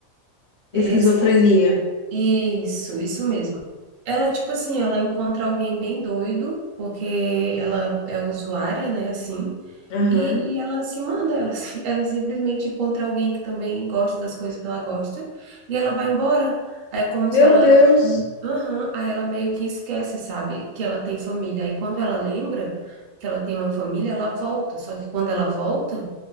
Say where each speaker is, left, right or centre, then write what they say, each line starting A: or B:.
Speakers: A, on the right; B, on the left.
A: Esquerda.
B: Esquizofrenia.
A: Isso, isso mesmo. Ela, tipo assim, ela encontra alguém bem doido, porque ela é usuária, né, assim,
B: Aham.
A: e, e ela se manda, ela, se- <laughs> ela simplesmente encontra alguém que também gosta das coisas que ela gosta, e ela vai embora. Aí É como
B: Meu
A: se ela,
B: Deus.
A: tipo, aham, aí ela meio que esquece, sabe, que ela tem família. Aí quando ela lembra que ela tem uma família, ela volta. Só que quando ela volta,